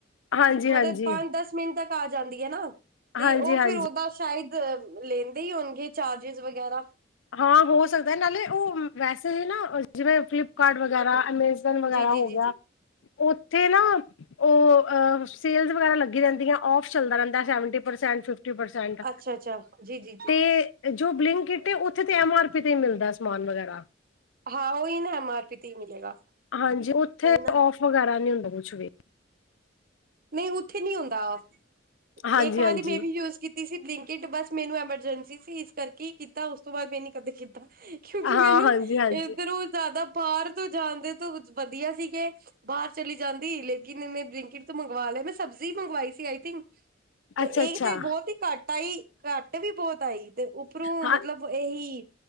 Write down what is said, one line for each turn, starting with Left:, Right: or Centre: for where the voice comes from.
Left: ਹਾਂਜੀ
Right: ਮਤਲਬ
Left: ਹਾਂਜੀ
Right: ਪੰਜ-ਦਸ ਮਿੰਟ ਤੱਕ ਆ ਜਾਂਦੀ ਹੈ ਨਾ। ਤੇ
Left: ਹਾਂਜੀ-ਹਾਂਜੀ
Right: ਉਹ ਫਿਰ ਉਹਦਾ ਸ਼ਾਇਦ ਲੈਂਦੇ ਹੀ ਹੋਣਗੇ, ਚਾਰਜਸ ਵਗੈਰਾ
Left: ਹਾਂ, ਹੋ ਸਕਦਾ, ਨਾਲੇ ਉਹ ਵੈਸੇ ਹੀ ਨਾ ਜਿਵੇਂ, ਫਲਿਪਕਾਰਟ ਵਗੈਰਾ ਅਮੇਜ਼ਨ ਵਗੈਰਾ
Right: ਜੀ ਜੀ
Left: ਹੋ
Right: ਜੀ
Left: ਗਿਆ,
Right: ਜੀ
Left: ਉਹ 'ਤੇ ਨਾ ਉਹ ਅ ਸੇਲਜ ਵਗੈਰਾ ਲੱਗੀ ਰਹਿੰਦੀਆਂ, ਔਫ ਚੱਲਦਾ ਰਹਿੰਦਾ ਸੇਵ੍ਵੇੰਟੀ ਪਰਸੇੰਟ। ਪਰਸੈਂਟ,
Right: ਅੱਛਾ ਅੱਛਾ ਜੀ ਜੀ ਜੀ
Left: ਤੇ ਜੋ ਬਲਿੰਕਕਿੱਟ ਹੈ, ਉੱਥੇ ਤੇ ਐਮ ਆਰ ਪੀ 'ਤੇ ਹੀ ਮਿਲਦਾ ਸਮਾਨ ਵਗੈਰਾ।
Right: ਹਾਂ, ਉਹੀ ਨਾ ਐਮ ਆਰ ਪੀ 'ਤੇ ਹੀ ਮਿਲੇਗਾ।
Left: ਹਾਂਜੀ, ਉੱਥੇ
Right: ਨਾ
Left: ਔਫ ਵਗੈਰਾ ਨਹੀਂ ਹੁੰਦਾ ਕੁਛ ਵੀ
Right: ਨਹੀਂ ਉੱਥੇ ਨਹੀਂ ਹੁੰਦਾ ਉਹ।
Left: ਹਾਂਜੀ-ਹਾਂਜੀ
Right: ਇੱਕ ਵਾਰੀ ਮੈਂ ਵੀ ਯੂਜ ਕੀਤੀ ਸੀ, ਬਲਿੰਕਿਟ ਬਸ ਮੈਨੂੰ ਐਮਰਜੈਂਸੀ 'ਤੇ ਅਸੀ ਇਸ ਕਰਕੇ ਹੀ ਕੀਤਾ, ਉਸ ਤੋਂ ਬਾਅਦ ਮੈਂ ਨੀ ਕਦੇ ਕੀਤਾ। ਕਿਉਂਕਿ
Left: ਹਾਂ
Right: ਮੈਨੂੰ
Left: ਹਾਂਜੀ-ਹਾਂਜੀ
Right: ਇੱਧਰੋਂ ਜ਼ਿਆਦਾ ਬਾਹਰ ਤੋਂ ਜਾਣ ਦੇ ਇਸ ਤੋਂ ਕੁਝ ਵਧੀਆ ਸੀਕੇ, ਬਾਹਰ ਚਲੀ ਜਾਂਦੀ ਲੇਕਿਨ ਇੰਨੇ ਬਲਿੰਕਿਟ ਤੋਂ ਮੰਗਵਾ ਲਏ, ਮੈਂ ਸਬਜ਼ੀ ਮੰਗਵਾਈ ਸੀ, ਆਈ ਥਿੰਕ 'ਤੇ
Left: ਅੱਛਾ-ਅੱਛਾ
Right: ਇਹੀ ਤੇ ਬਹੁਤ ਹੀ ਘੱਟ ਤਾਈ ਘੱਟ ਵੀ ਬਹੁਤ ਆਈ। 'ਤੇ ਉੱਪਰੋਂ
Left: ਹਾਂ
Right: ਮਤਲਬ ਇਹੀ